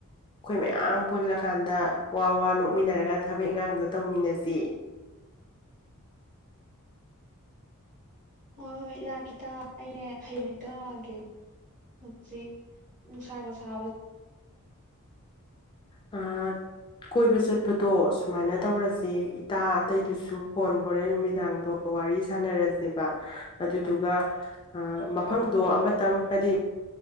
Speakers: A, on the left; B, on the right.
A: ꯑꯩꯈꯣꯏ ꯃꯌꯥꯝ ꯄꯨꯜꯂꯀꯥꯟꯗ ꯋꯥ ꯋꯥ ꯅꯣꯛꯃꯤꯟꯅꯔꯒ ꯊꯕꯛ ꯏꯟꯈꯥꯡꯗꯣ ꯇꯧꯃꯤꯟꯅꯁꯤ
B: ꯍꯣꯏ ꯍꯣꯏ ꯂꯥꯛꯀ‌ꯦ ꯏꯇꯥ ꯑꯩꯅꯦ ꯍꯌꯦꯡ ꯍꯦꯛꯇ ꯂꯥꯛꯑꯒꯦ ꯍꯧꯖꯤꯛ ꯅꯨꯡꯁꯥꯒ ꯁꯥꯕ
A: ꯅꯍꯥꯟ ꯀꯣꯏꯕ ꯆꯠꯄꯗꯣ ꯁꯨꯃꯥꯏꯅ ꯇꯧꯔꯁꯦ ꯏꯇꯥ ꯑꯇꯩꯗꯨꯁꯨ ꯐꯣꯟ ꯍꯣꯔꯦꯟ ꯅꯨꯃꯤꯗꯥꯡꯗꯣ ꯋꯥꯔꯤ ꯁꯥꯟꯅꯔꯁꯦꯕ ꯑꯗꯨꯗꯨꯒ ꯃꯐꯝꯗꯣ ꯑꯃꯇꯪ ꯍꯥꯏꯗꯤ